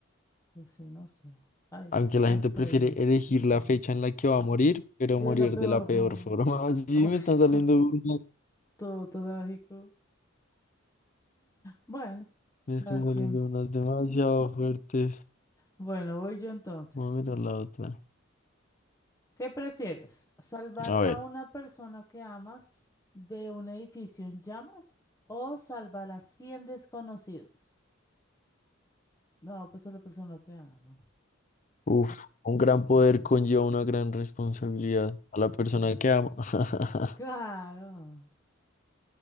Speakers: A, on the left (about 15°); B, on the left (about 40°).
A: pues sí, no sé. Ay,
B: Aunque
A: esas
B: la gente
A: preguntas.
B: prefiere elegir la fecha en la que va a morir, pero
A: Y
B: morir
A: de la peor
B: de la peor
A: manera.
B: forma. <laughs> Sí,
A: Uf,
B: me están
A: <laughs>
B: saliendo
A: todo,
B: unas,
A: todo trágico. Bueno,
B: me
A: cada
B: están
A: quien.
B: saliendo unas demasiado fuertes.
A: Bueno, voy yo entonces.
B: Vamos a mirar la otra.
A: ¿Qué prefieres? ¿Salvar
B: A
A: a
B: ver.
A: una persona que amas de un edificio en llamas o salvar a 100 desconocidos? No, pues a la persona que amo.
B: Uf, un
A: Yo
B: gran
A: creo.
B: poder conlleva una gran responsabilidad a la persona
A: Ah,
B: que amo. <laughs>
A: claro.